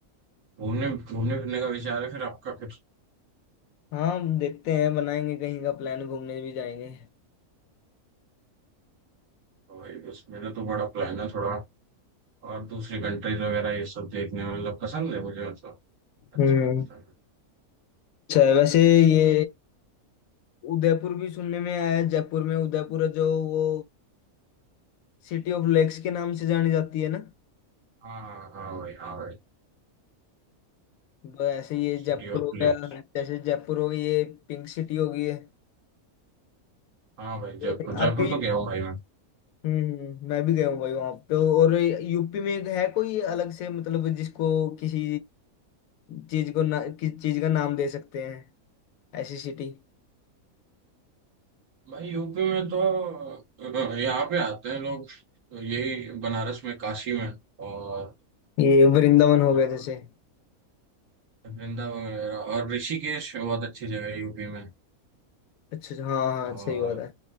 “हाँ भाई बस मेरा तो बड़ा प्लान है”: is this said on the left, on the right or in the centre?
Right